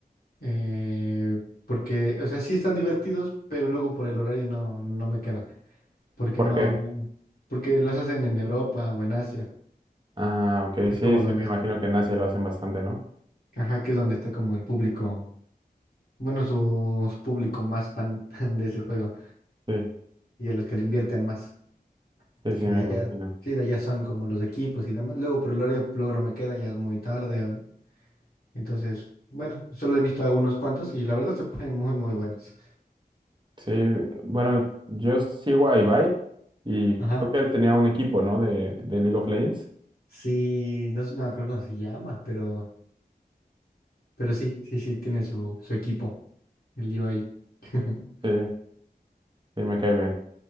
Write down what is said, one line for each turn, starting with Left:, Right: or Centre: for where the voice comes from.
Left: eh, porque, o sea, sí están divertidos, pero luego por el horario no, no me queda, porque
Right: ¿Por
Left: no,
Right: qué?
Left: no- porque los hacen en Europa o en Asia.
Right: Ah, ok,
Left: Es
Right: sí,
Left: como
Right: sí,
Left: donde,
Right: me imagino que en Asia lo hacen bastante, ¿no?
Left: ajá, que es donde está como el público bueno, su, su público más fan <laughs> de ese juego
Right: Sí,
Left: y a los que le invierten más,
Right: sí, sí,
Left: que
Right: me
Left: allá,
Right: imagino.
Left: sí, de allá son como los equipos y demás. Luego por el horario, pues, luego no me queda, ya es muy tarde. Entonces, bueno, solo he visto a unos cuantos y la verdad se ponen muy, muy buenos.
Right: Sí, bueno, yo sigo a Ibai y
Left: Ajá.
Right: creo que él tenía un equipo, ¿no? De, de League of Legends.
Left: Sí, no, sé- no me acuerdo cómo se llama, pero, pero sí, sí, sí, tiene su, su equipo, el lío ahí. <laughs>
Right: Sí, sí, me cae bien.